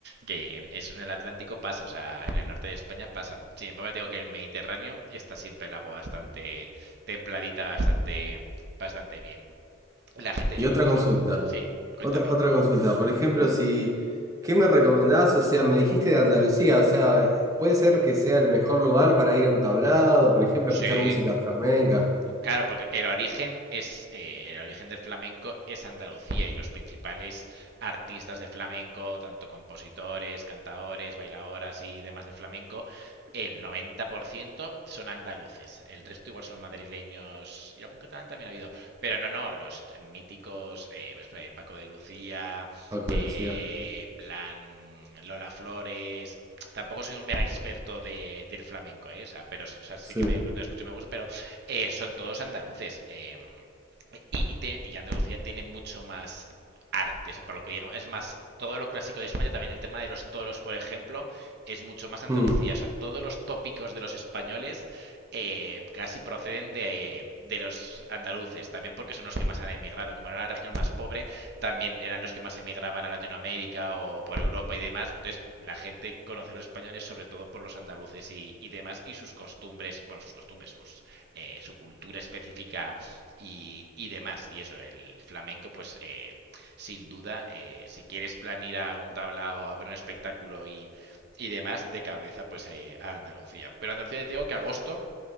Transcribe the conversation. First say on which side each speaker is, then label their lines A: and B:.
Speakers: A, on the right (about 55°); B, on the right (about 15°).
A: que en- eso en el Atlántico pasa, o sea, en el norte de España pasa. Sin embargo, te digo que en el Mediterráneo está siempre el agua bastante templadita, bastante, bastante bien. La gente es
B: Y otra
A: cuando
B: consulta.
A: va. Sí, cuéntame.
B: Otra, otra consulta, por ejemplo, si, ¿qué me recomendás? O sea, me dijiste de Andalucía, o sea, eh, puede ser que sea el mejor lugar para ir a un tablado, por ejemplo, a escuchar
A: Sí,
B: música flamenca.
A: Claro, porque el origen es eh, el origen del flamenco es Andalucía y los principales artistas de flamenco, tanto compositores, cantadores, bailadoras y demás de flamenco, el 90% son andaluces. El resto igual son madrileños y algún catalán también ha habido, pero no, no, los míticos eh, pues, eh, Paco de Lucía,
B: Paco
A: eh,
B: decía.
A: plan Lola Flores, tampoco soy un mega experto de, del flamenco, ¿eh? O sea, pero, o sea, sí
B: Sí.
A: que me, cuando lo escucho me gusta, pero eh, son todos andaluces. Eh, y, y, te, y, Andalucía tiene mucho más arte, o sea, por lo que digo, es más, todo lo clásico de España, también el tema de los toros, por ejemplo, es mucho más Andalucía,
B: Mm,
A: o sea, todos los tópicos de los españoles eh, casi proceden de, eh, de los andaluces, también porque son los que más han emigrado, como era la región más pobre, también eran los que más emigraban a Latinoamérica o por Europa y demás. Entonces, la gente conoce a los españoles sobre todo por los andaluces y, y demás y sus costumbres, bueno, sus costumbres, sus, eh, su cultura específica y, y, demás. Y eso, el flamenco, pues eh, sin duda, eh, si quieres plan ir a un tablao, a ver un espectáculo y, y demás, de cabeza, pues eh, a Andalucía. Pero Andalucía, te digo que agosto